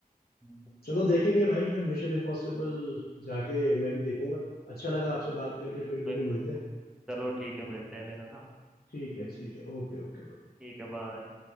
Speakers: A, in the centre; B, on the left (about 80°).
A: हम्म,
B: चलो देखेंगे भाई फिर मिशन इम्पॉसिबल जाके मैं भी देखूंगा अच्छा लगा आपसे बात करके फिर
A: बिल्कुल
B: कभी मिलते हैं
A: चलो ठीक है मिलते हैं फिर है ना
B: ठीक है ठीक है ओके ओके ब्रो
A: ठीक है बाय